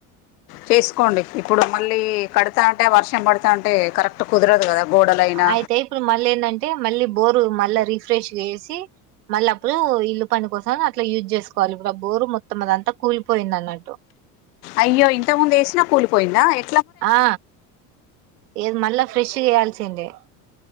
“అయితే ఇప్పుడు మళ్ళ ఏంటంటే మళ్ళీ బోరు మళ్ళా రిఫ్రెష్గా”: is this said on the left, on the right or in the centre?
Right